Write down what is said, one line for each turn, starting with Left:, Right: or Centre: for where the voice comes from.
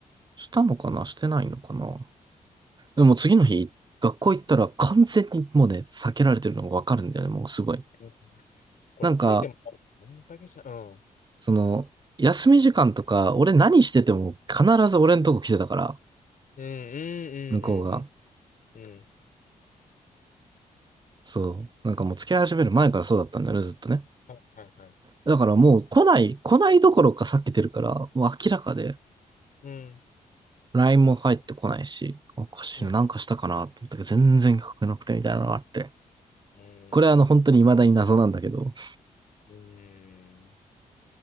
Right: したのかなしてないのかなでも次の日、学校行ったら完全にもうね、避けられてるのがわかるんだよね、もうすごい。
Left: とこれ詰めても、
Right: なんか、
Left: もう解決しない。うん。
Right: その、
Left: いいよ。
Right: 休み時間とか、俺何してても必ず俺のとこ来てたから、
Left: うんうんうんうん
Right: 向こうが。
Left: うんうん
Right: そう。なんかもう付き合い始める前からそうだったんだよね、ずっとね。
Left: はいはいはい。
Right: だからもう来ない、来ないどころか避けてるから、もう明らかで。
Left: うん
Right: LINE も返ってこないし、おかしいな、
Left: うんうん
Right: なんかしたかなと思ったけど、全然書けなくてみたいなのがあって。
Left: うー
Right: これはあの、本当に未だに謎なんだけど、
Left: ん
Right: そ
Left: うんん